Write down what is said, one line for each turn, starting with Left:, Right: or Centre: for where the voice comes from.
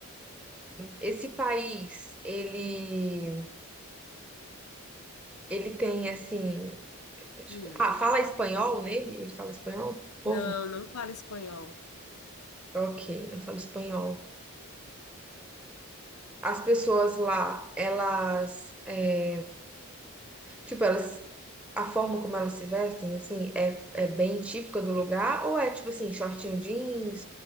Centre: Esse país, ele ele tem assim, deixa
Left: Hum.
Centre: eu ver. ah, fala espanhol nele? Ele fala espanhol? O Povo?
Left: Não, não fala espanhol.
Centre: OK, não fala espanhol. As pessoas lá, elas, é, tipo, elas a forma como elas se vestem assim é, é bem típica do lugar ou é tipo assim, shortinho jeans,